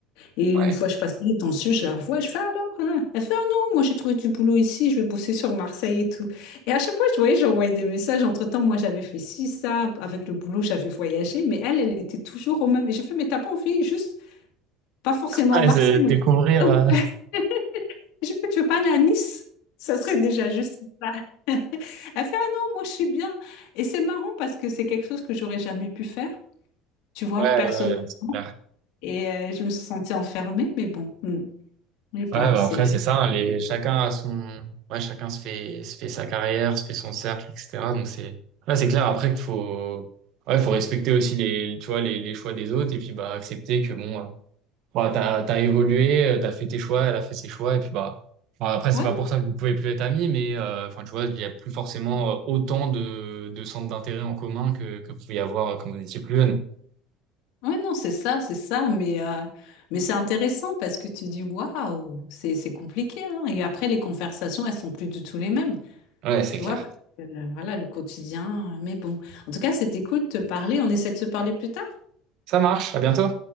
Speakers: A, on the left; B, on the right.
A: Et une
B: ouais,
A: fois, je passe les temps dessus, je la vois, et je fais alors, hein? Elle fait, ah non, moi j'ai trouvé du boulot ici, je vais bosser sur Marseille et tout. Et à chaque fois, je voyais, j'envoyais des messages. Entre-temps, moi j'avais fait ci, ça, avec le boulot, j'avais voyagé, mais elle, elle était toujours au même. Et j'ai fait, mais t'as pas envie, juste, pas forcément
B: <laughs> Ouais,
A: à Marseille.
B: de
A: mais-
B: découvrir.
A: Oh.
B: euh,
A: <laughs> J'ai fait, tu veux pas aller à Nice? Ça serait déjà juste. <laughs> Elle fait, ah non, moi je suis bien. Et c'est marrant parce que c'est quelque chose que j'aurais jamais pu faire, tu vois,
B: Ouais,
A: personnellement.
B: ouais, c'est clair.
A: Et euh, je me suis sentie enfermée, mais bon, hmm, je sais pas,
B: Ouais, bah
A: c'est.
B: après, c'est ça, hein, les, chacun a son, ouais, chacun se fait, se fait sa carrière, se fait son cercle, etc. Donc c'est, là, c'est clair après qu'il faut, ouais, faut respecter aussi les, tu vois, les, les choix des autres et puis, bah, accepter que bon, euh, bah, t'as, t'as évolué, euh, t'as fait tes choix, elle a fait ses choix et puis, bah, bah, après,
A: Ouais,
B: c'est pas
A: non,
B: pour ça que vous pouvez plus être amis, mais, euh, enfin, tu vois, il y a plus forcément euh, autant de, de centres d'intérêt en commun que, que vous pouvez y avoir euh, quand vous étiez plus jeune.
A: ouais, non, c'est ça, c'est ça, mais, euh, mais c'est intéressant parce que tu dis waouh, c'est, c'est compliqué, hein. Et après, les conversations, elles sont plus du tout les mêmes,
B: Ouais, c'est
A: tu vois,
B: clair.
A: parce que, euh, voilà, le quotidien, mais bon. En tout cas, c'était cool de te parler, on essaie de se parler plus tard?
B: Ça marche, à bientôt.